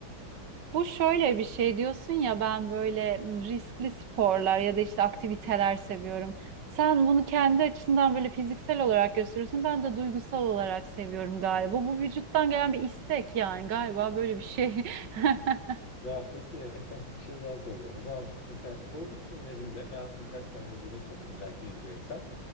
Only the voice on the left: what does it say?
Ya peki <laughs> bir şey daha soracağım. O zaman mesela korku filmlerinde ben birkaç tane izledim tabii illaki izliyor insan.